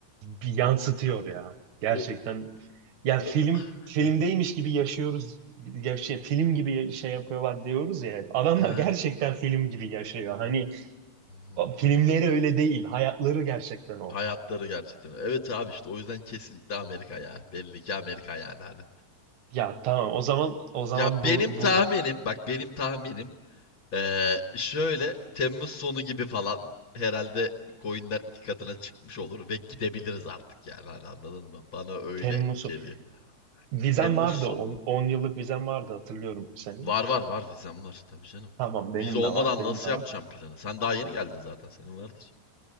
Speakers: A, on the right; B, on the left.
A: bir yansıtıyor ya. Gerçekten
B: O
A: ya film
B: o <sighs> <laughs>
A: filmdeymiş
B: ha
A: gibi yaşıyoruz. Yaşay, film gibi ya- şey yapıyorlar diyoruz ya. hep. Adamlar
B: ha.
A: gerçekten film gibi yaşıyor. Hani
B: Hmm.
A: o filmleri öyle değil. Hayatları gerçekten o.
B: Hayatları gerçekten. Evet abi işte o yüzden kesinlikle Amerika ya. Belli ki Amerika yani hani.
A: Ya tamam o zaman o zaman
B: Ya benim
A: bu,
B: tahminim
A: bu
B: bak benim tahminim eee, şöyle Temmuz sonu gibi falan herhalde coinler iki katına çıkmış olur ve gidebiliriz artık yani hani anladın mı? Bana öyle
A: Temmuz'u
B: geliyor.
A: vizem
B: Temmuz
A: vardı.
B: sonu.
A: on yıllık vizem vardı hatırlıyorum senin.
B: Var var var vizem var tabii canım.
A: Tamam benim
B: Vize olmadan
A: de var. Benim
B: nasıl
A: de var.
B: yapacağım planı? Sen daha yeni geldin zaten senin vardır.